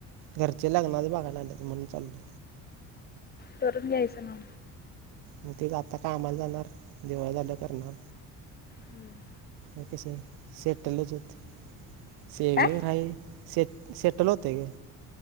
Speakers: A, on the right; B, on the left.
A: घरचे लग्नाच बघायला आले तर म्हणून चालले.
B: करून घ्यायचं ना.
A: मग तेच आता कामाला जाणार दिवाळी झाल्या करणार.
B: हम्म
A: ओके स सेटलच होतोय सेविंग
B: काय
A: हाई. सेटल होतोय.